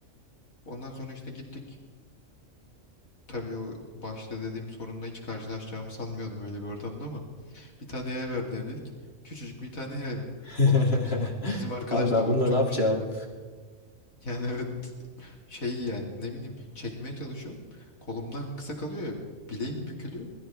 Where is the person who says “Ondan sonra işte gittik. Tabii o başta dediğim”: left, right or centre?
Left